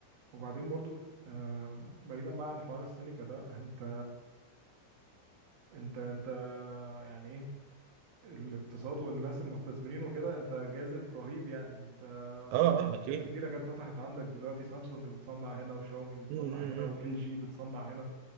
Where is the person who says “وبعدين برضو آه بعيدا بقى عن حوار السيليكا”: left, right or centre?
Right